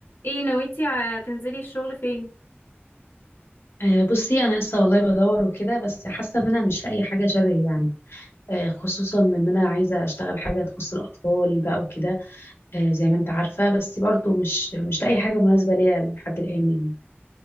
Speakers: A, on the left; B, on the left.
A: ايه نويتي ع- تنزلي الشغل فين
B: آه، بصي انا لسه والله بدور وكده بس حاسه ان انا مش لاقي حاجه شبهي يعني آه، خصوصا ان انا عايزه اشتغل حاجه تخص الاطفال بقى وكده آه، زي ما انت عارفه بس برضو مش مش لاقي حاجه مناسبه ليا لحد الان يعني